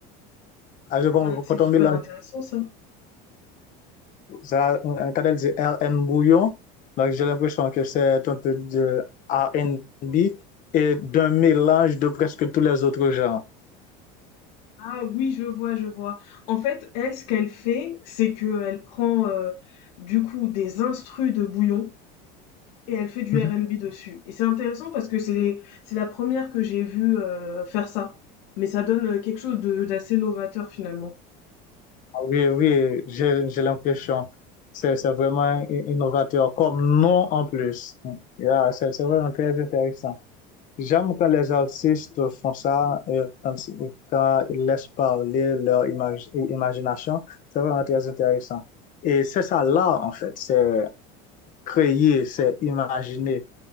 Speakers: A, on the left; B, on the left.
A: Ah, je comprends,
B: Ça, C'est
A: Quand
B: super
A: on mélange
B: intéressant ça.
A: Ça, un canal de R N Bouillon. Donc, j'ai l'impression que c'est un peu de R and B et d'un mélange de presque tous les autres genres.
B: Ah oui, je vois, je vois. En fait, elle, ce qu'elle fait, c'est que elle prend euh, du coup des instrus de bouillon et elle fait du
A: Mhm.
B: R&B dessus. Et c'est intéressant parce que c'est c'est la première que j'ai vue euh, faire ça. Mais ça donne euh, quelque chose de d'assez novateur finalement.
A: Ah Oui, oui, j'ai, j'ai l'impression. C'est, c'est vraiment innovateur comme nom en plus. Yeah, c'est, c'est vraiment très intéressant. J'aime quand les artistes font ça et quand, quand ils laissent parler leur imag- imagination. C'est vraiment très intéressant. Et c'est ça là en fait. C'est, créer, c'est imaginer.